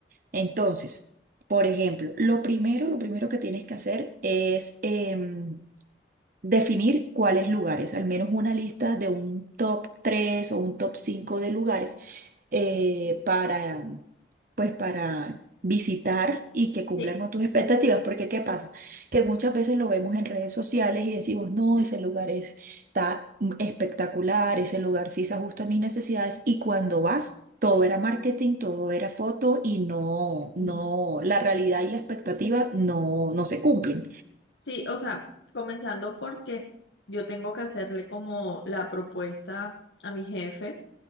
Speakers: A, on the right; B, on the left.
A: Entonces, por ejemplo, lo primero, lo primero que tienes que hacer es em, definir cuáles lugares, al menos una lista de un top 3 o un top 5 de lugares eh, para, pues para visitar y que cumplan
B: Sí,
A: con tus expectativas, porque ¿qué pasa? Que muchas veces lo vemos en redes sociales y decimos, no, ese lugar es- está espectacular, ese lugar sí se ajusta a mis necesidades y cuando vas... Todo era marketing, todo era foto y no,
B: Ujú.
A: no, la realidad y la expectativa no, no se cumplen.
B: sí, o sea, comenzando porque yo tengo que hacerle como la propuesta a mi jefe,